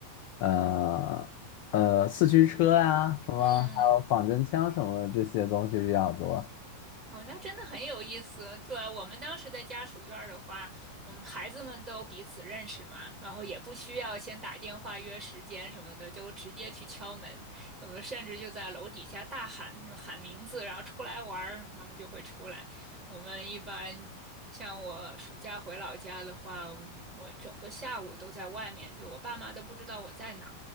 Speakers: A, on the left (about 45°); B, on the right (about 30°).
A: 呃呃四驱车呀，什么还有仿真枪什么的这些东西比较多。
B: 嗯，哦，那真的很有意思。对啊，我们当时的家属院儿的话，嗯，孩子们都彼此认识嘛，然后也不需要先打电话约时间什么的，就直接去敲门，有的甚至就在楼底下大喊，就喊名字，然后出来玩儿，他们就会出来。我们一般像我暑假回老家的话，我整个下午都在外面，就我爸妈都不知道我在哪。